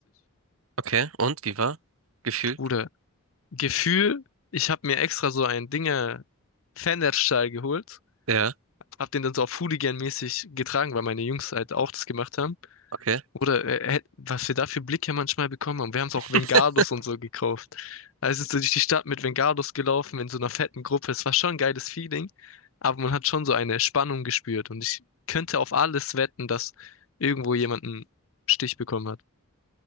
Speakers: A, on the right; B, on the left.
A: Okay. Und? Wie war? Gefühl?
B: Bruder, Gefühl, ich habe mir extra so ein Dinger Fanerstall geholt.
A: Ja.
B: Hab den dann so auf Hooligan-mäßig getragen, weil meine Jungs halt auch das gemacht haben.
A: Okay.
B: Oder äh, äh, was wir da für Blicke manchmal bekommen haben. Wir haben es auch
A: <laughs>
B: Vengados und so gekauft. Also sind so durch die Stadt mit Vengados gelaufen in so einer fetten Gruppe. Es war schon ein geiles Feeling, aber man hat schon so eine Spannung gespürt. Und ich könnte auf alles wetten, dass irgendwo jemand einen Stich bekommen hat.